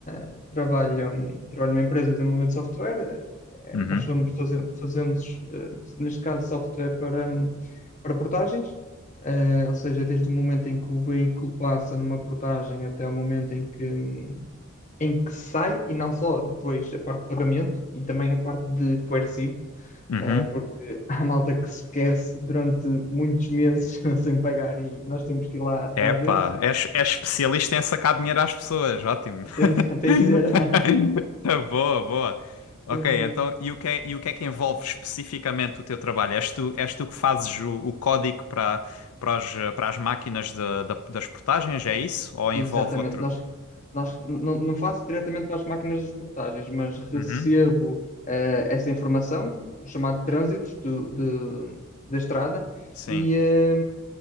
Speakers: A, on the left (about 35°); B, on the left (about 80°).
A: eh, trabalho, hum, trabalho numa empresa de desenvolvimento de software. eh,
B: Uhum.
A: eh, nós somos, faze- fazemos, eh, neste caso, software para, hum, para portagens. Eh, ou seja, desde o momento em que o veículo passa numa portagem até o momento em que, em que sai, e não só depois a parte de pagamento e também a parte de coercivo,
B: Uhum.
A: eh, porque <laughs> há malta que se esquece durante muitos meses <laughs> sem pagar e nós temos que ir lá atrás
B: Epá,
A: deles.
B: és, és especialista em sacar dinheiro às pessoas. Ótimo.
A: Tem, de- <laughs> tem
B: <laughs>
A: de ser, <laughs>
B: Boa, boa. Ok,
A: tem de ser.
B: então, e o que é, e o que é que envolve especificamente o teu trabalho? És tu, és tu que fazes o, o código para, para as, para as máquinas de- da- das portagens, é isso? Ou
A: Exatamente.
B: envolve outro?
A: Nós, nós não, não faço diretamente para as máquinas de portagens, mas recebo
B: Uhum.
A: eh, essa informação, o chamado trânsitos do, do- da estrada,
B: Sim.
A: e, eh,